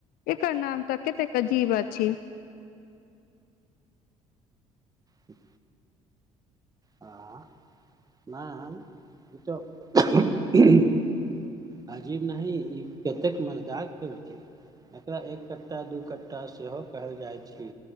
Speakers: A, on the left; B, on the right.
A: एकर नाम तऽ कते अजीब अछि।
B: ठीक हँ नहि ऊ तऽ अजीब नही ई कतेक मजदार खेल छी। एकरा एक कट्टा दू कट्टा सेहो कहल जाइत छी।